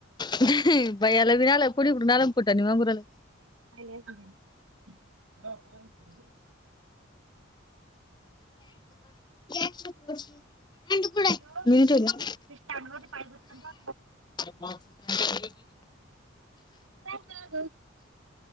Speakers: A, on the left (about 20°); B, on the right (about 80°).
A: ही ही भैय्याला लावीण आला कुणीकडून आला न फुटाणे मागून राहिला
B: <unintelligible>
A: <unintelligible>
B: जोत
A: मी ठेवलं
B: स्टँडमध्ये पाय बसला
A: <unintelligible>
B: <unintelligible>